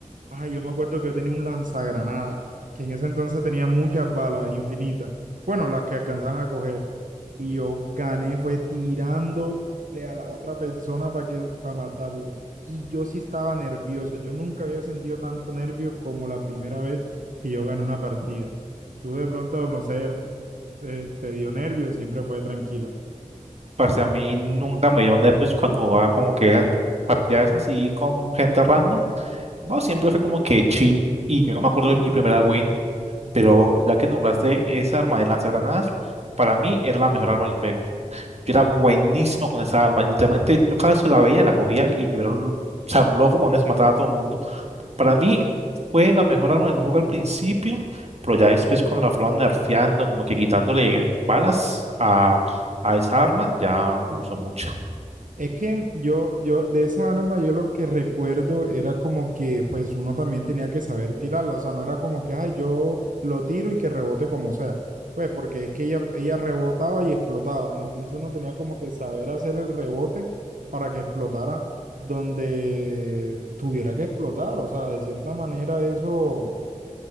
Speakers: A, on the right; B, on the right.
A: ay, yo me acuerdo que yo tenía un lanzagranada, que en ese entonces tenía muchas balas infinitas, bueno, las que alcanzaban a coger, y yo gané, fue tirándole a la otra persona para que, para matarlo. Y yo sí estaba nervioso, yo nunca había sentido tanto nervio como la primera vez que yo gané una partida. Tú de pronto, no sé, eh, te dio nervios, siempre fue tranquilo.
B: Parce, a mí nunca me dio nervios cuando jugaba como que esas po- partidas así con gente random. No, siempre fue como que chill. Y yo no me acuerdo de mi primera win, pero ya que nombraste esa arma de lanzagranadas, para mí era la mejor arma del juego. Yo era buenísimo con esa arma. Literalmente, yo cada vez que la veía, la cogía y yo era un, o sea, un loco con eso, mataba a todo el mundo. Para mí fue la mejor arma del juego al principio, pero ya después cuando la fueron nerfeando, como que quitándole balas a a esa arma, ya no
A: Sí.
B: me gustó mucho.
A: Es que yo, yo, de esa arma, yo lo que recuerdo era como que, pues, uno también tenía que saber tirarla. O sea, no era como que, ah, yo lo tiro y que rebote como sea. Pues, porque es que ella, ella rebotaba y explotaba. Entonces, uno tenía como que saber hacer el rebote para que explotara donde tuviera que explotar. O sea, de cierta manera, eso